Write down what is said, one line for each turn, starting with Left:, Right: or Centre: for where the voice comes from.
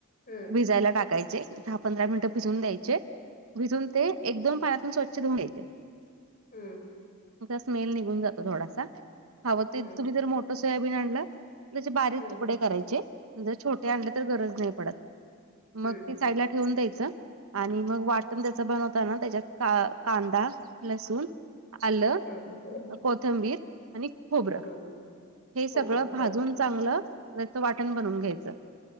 Left: हम्म
Right: भिजायला टाक काय ते दहा पंधरा मिनिटं भिजून द्यायचे भिजून ते एकदम पाण्यातून स्वच्छ धुन घ्यायचे
Left: हुम्म
Right: तेचा स्मेल निघून जातो थोडासा हवं ते
Left: हम्म
Right: तुम्ही जर मोठं सोयाबीन आणलं त्याचे बारीक
Left: हम्म
Right: तुकडे करायचे छोटे आणले तर गरज नाही पडत
Left: हम्म
Right: मग ते साय ठेवून द्यायचं आणि मग वाटण त्याच बनवताना त्याच्यात का कांदा, लसुण, आलं,
Left: हम्म
Right: कोथंबीर, आणि खोबरं,
Left: हम्म
Right: हे सगळं
Left: खोबरं
Right: भाजून
Left: बर
Right: चांगलं त्याच वाटण बनून घ्यायचं.